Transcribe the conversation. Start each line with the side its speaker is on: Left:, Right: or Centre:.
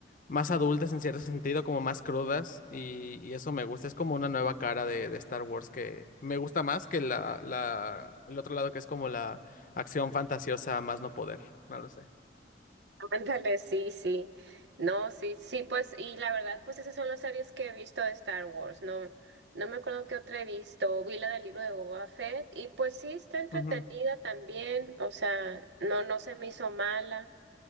Left: más adultas en cierto sentido, como más crudas y, y eso me gusta. Es como una nueva cara de, de Star Wars que me gusta más que la, la, el otro lado que es como la acción fantasiosa a más no poder. No lo sé.
Right: <laughs> ándale, sí, sí. No, sí, sí, pues, y la verdad, pues esas son las series que he visto de Star Wars, no, no me acuerdo qué otra he visto, vi la del libro de Boba Fett, y pues sí, está entretenida
Left: Ujú,
Right: también, o sea, no, no se me hizo mala.